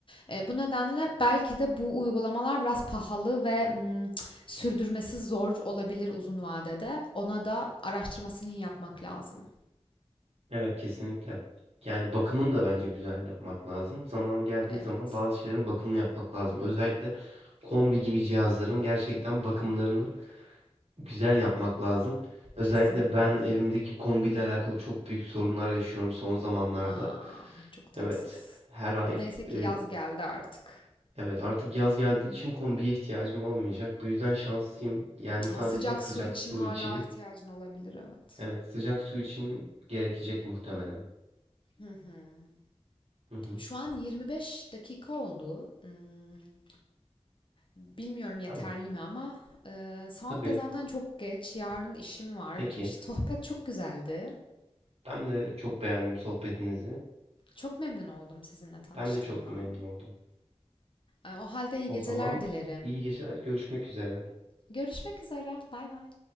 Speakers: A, on the left; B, on the right.
A: Eee, bu nedenle belki de bu uygulamalar biraz pahalı ve, ımm, sürdürmesi zor olabilir uzun vadede. Ona da araştırmasını iyi yapmak lazım.
B: Evet kesinlikle. Yani bakımını da bence güzel yapmak lazım. Zamanı geldiği
A: Evet,
B: zaman bazı şeylerin bakımını yapmak lazım. Özellikle kombi gibi cihazların gerçekten bakımlarını güzel yapmak lazım. Özellikle
A: kesinlikle
B: ben
A: evet.
B: evimdeki kombiyle alakalı çok büyük sorunlar yaşıyorum son zamanlarda.
A: A! Çok tatsız.
B: Evet, her ay
A: Neyse ki
B: e,
A: yaz geldi artık.
B: Evet, artık yaz geldiği için kombiye ihtiyacım olmayacak. Bu yüzden şanslıyım. Yani sadece
A: Ama sıcak
B: sıcak
A: su için
B: su
A: hala
B: için.
A: ihtiyacın olabilir, evet.
B: Evet, sıcak su için gerekecek muhtemelen.
A: Hı hı.
B: Hı hı.
A: Şu an 25 dakika oldu. Imm Bilmiyorum yeterli
B: Tamam.
A: mi ama e, saat
B: Tabii.
A: de zaten çok geç. Yarın işim var.
B: Peki.
A: keş sohbet çok güzeldi.
B: Ben de çok beğendim sohbetinizi.
A: Çok memnun oldum sizinle tanıştığıma.
B: Ben de çok memnun oldum.
A: E, o halde iyi
B: O
A: geceler
B: zaman
A: dilerim.
B: iyi geceler, görüşmek üzere.
A: Görüşmek üzere. Bay bay.